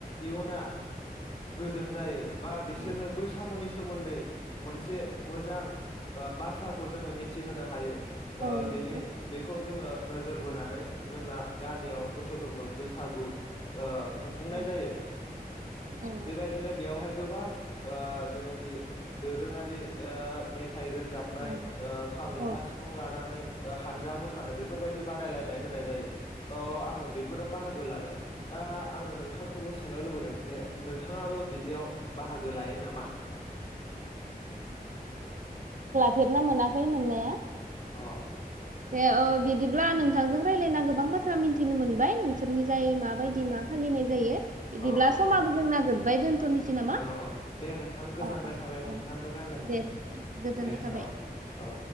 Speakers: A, on the left; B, on the right.
A: इयुना गोजों जायो बा बिसोरनो
B: औ
A: बैसागुनि सोमोन्दै मोनसे मोजां। औ बाथ्राखौ जोङो मिथिहोनो हायो
B: औ
A: ओ-बेनि
B: नंगौ
A: बेखौ जोङो। फोरबो बोनानै जोंना गामियाव बोसोरफ्रोमबो बैसागु। ओ- खुंफुंनाय
B: औ
A: जायो
B: औ
A: बेबायदिनो बेयावहाय। गोबां ओ- जेनाखि दोरोङारि ओ- मेथ थाइ रोजाबनाय
B: औ
A: ओ-खाम जथा
B: औ
A: सिफुं लानानै। हानजा मोसानाय बे। फोरबायदि बादायलायनाय होनाय। जायो। अ आङो बेफोराव बाहागो लाबाय आ- आङो नोंथांखौबो सोंनो लुबैदों? दे नोंथाङाबो बिदियाव। बाहागो लायो नामा?
B: फेरनो मोनाखै मोननाया।
A: अ
B: दे औ बिदिब्ला नोंथांजों रायज्लायना गोबां बाथ्रा मिन्थिनो मोनबाय नों। बिसोरनि जाय माबायदि मा? फालिनाय जायो। बिदिब्ला
A: औ-औ-औ-औ-औ
B: समाबो जोंना जोब्बाय दोनथ'नोसै नामा
A: दे नोंथां गोजोननाय
B: औ औ
A: थाबाय
B: औ
A: नोंथांजों रायज्लायनानै
B: दे गोजोननाय
A: दे
B: थाबाय
A: ओ-ओ।